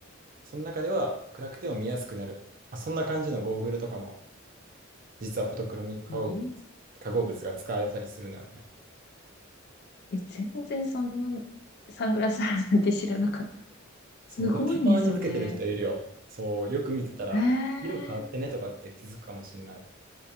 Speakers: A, on the right; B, on the left.
A: その中では暗くても見やすくなる。まあそんな感じのゴーグルとかも実はフォトクロミック化合物
B: ええ
A: 化合物が使われたりするのよね。
B: え、全然そんなサングラスあるなんて知らなかった。
A: そう、
B: すごいね、
A: でもたまにつけてる人いるよ。
B: それ。
A: そう、よく見てたら、
B: へえ。
A: 色変わってねとかって気づくかもしれない。